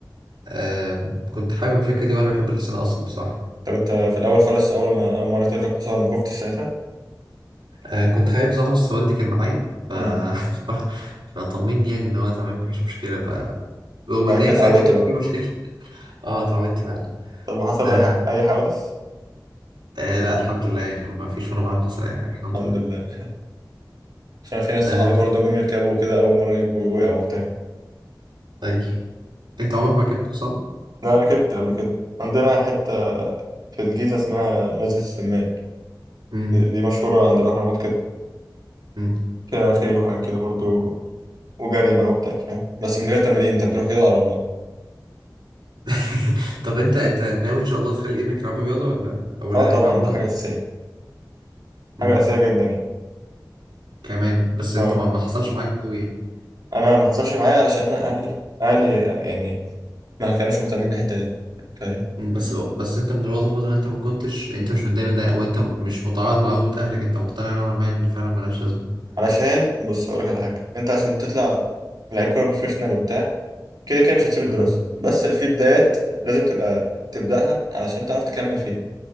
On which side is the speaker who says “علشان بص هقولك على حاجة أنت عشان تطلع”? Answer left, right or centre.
Right